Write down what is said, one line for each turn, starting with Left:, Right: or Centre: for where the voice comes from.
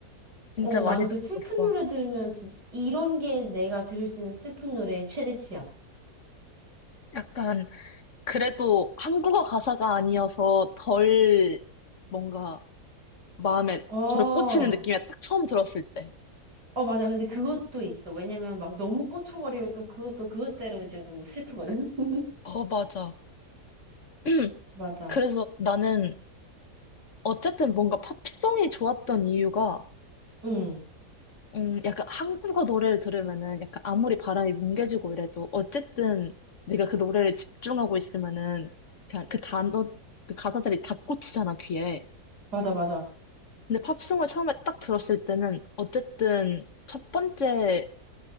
Left: 진짜
Right: 어,
Left: 많이
Right: 나는 그
Left: 들었었어.
Right: 슬픈 노래 들으면 진짜 이런 게 내가 들을 수 있는 슬픈 노래의 최대치야.
Left: 약간, 그래도 한국어 가사가 아니어서 덜, 뭔가, 마음에
Right: 어, 어,
Left: 덜 꽂히는 느낌이야. 딱 처음 들었을 때.
Right: 맞아. 근데 그것도 있어. 왜냐면 막 너무 꽂혀버리면 또 그것도 그것대로 좀 슬프거든? <laughs>
Left: 어, 맞아. <clears throat>
Right: 맞아.
Left: 그래서 나는, 어쨌든 뭔가 팝송이 좋았던 이유가
Right: 응,
Left: 음, 약간 한국어 노래를 들으면은 약간 아무리 바람이 뭉개지고 이래도 어쨌든 내가 그 노래를 집중하고 있으면은 그냥 그 단어, 그 가사들이 다 꽂히잖아, 귀에.
Right: 맞아, 맞아.
Left: 근데 팝송을 처음에 딱 들었을 때는 어쨌든 첫 번째